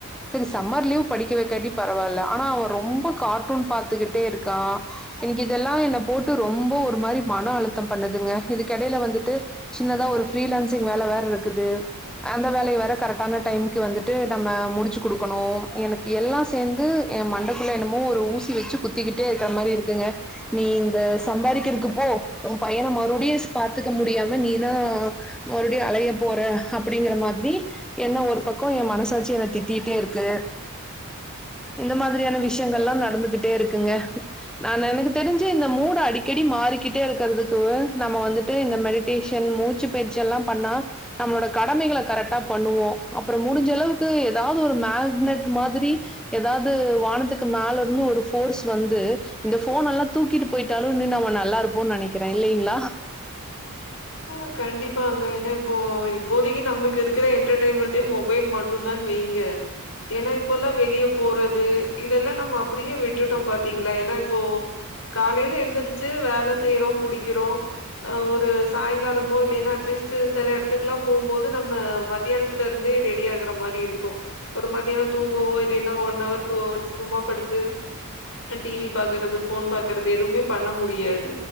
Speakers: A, in the centre; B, on the left.
A: சரி சம்மர் லீவ் படிக்க வைக்காட்டி பரவாயில்ல ஆனா அவ ரொம்ப கார்ட்டூன் பாத்துக்கிட்டே இருக்கா இன்க்கு இதெல்லா என்ன போட்டு ரொம்ப ஒரு மாரி மன அழுத் த்து பண்ணுதுங்க இதுக்கடையில வந்துட்டு சின்னதா ஒரு ரீலான்சிங் வேல வேற இருக்குது அந்த வேலைய வேற கரெக்டான டைமு வந்துட்டு நம்ம முடிச்சு குடுக்கணு எனக்கு எல்லா சேந்து எ மண்டக்குள்ள என்னமோ ஒரு ஊஸ் குத்தி வச்சு குத்திக்கிட்டே இருக்குற மாரி இருக்குங்க நீ இந்த சம்பாரிகிறதுகு போ உ பயன மறுபடியுஸ் பாத்துக்க முடியாம நீதான் மறுபடியு அலைய போற ஹ் அப்படிங்கிற மாரி என்ன ஒரு பக்கோ என் மனசாச்சு என்ன திட்டிட்டே இருக்கு இந்த மாதிரியான விஷயங்கலா நடந்துகிட்டே இருக்குங்க நா எனக்கு தெரிஞ்சு இந்த மூட அடிக்கடி மாறிக்கிட் டியா இருக்குதுக்கு நம்ம வந்துட்டு இந்த மெடிடேஷன் மூச்சு பயிற்சி எல்லா பண்ணா நம்மளோட கடமைகள கரெக்டா பண்ணுவோ அப்புரோ முடிஞ்ச அளவுக்கு ஏதாவது ஒரு மேக்னட் மாதிரி ஏதாவது வானத்துக்கு மேல இருந்து ஒரு போர்ஸ் வந்து இந்த போன் எல்லா தூக்கிட்டு போயிட்டாலு இன்னு நம்ம நல்லா இருப் போன்னு நினைக்கிற இல்லலைங்களா
B: ஆ கண்டிப்பாங்க ஏன்னா இப்போ இப்போதைக்கு நம்மளுக்கு இருக்கிற என்டர்டெயின்மெண்டே மொபைல் மட்டும் தான் வைுங்க ஏன்னா இப்பல்லாம் வெளியே போறது இதெல்லாம் நம்ம அப்படியே விட்டுட்டோம் பாத்தீங்களா ஏன்னா இப்போ காலையில எந்திரிச்சு வேல செய்யறோம் புிடிக்கிறோம் அஹ் ஒரு சாயங்காலமோ இல்லைன்னா அட்லீஸ்ட் சில இடத்துக்கெல்லா போகும்போது நம்ம மத்தியானத்துல இருந்தே ரெடி ஆகுற மாரி இருக்கும் ஒரு மத்தியானம் தூங்கவோ இல்லைன்னா ஒன் ஹவர் டூ ஹவர் சும்மா படுத்து டிவி பாரக்றது போஃபன் பாக்றது எதுவுமே பண்ண முடியாது